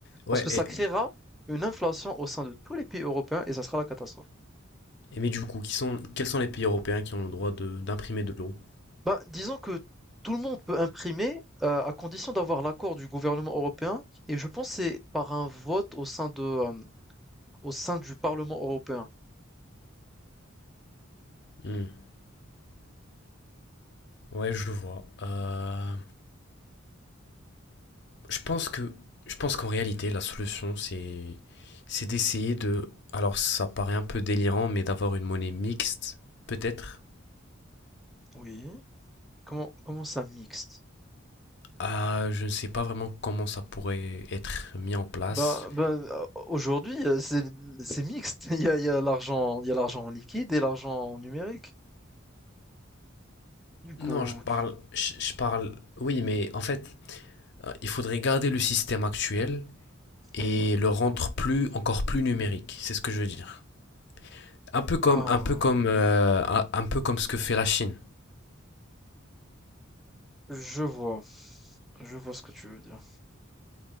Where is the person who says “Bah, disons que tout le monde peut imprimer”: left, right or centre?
Centre